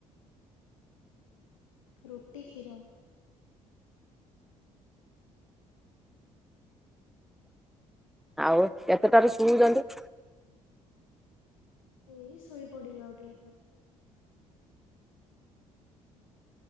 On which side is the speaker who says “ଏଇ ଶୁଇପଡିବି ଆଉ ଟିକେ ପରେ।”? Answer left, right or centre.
Left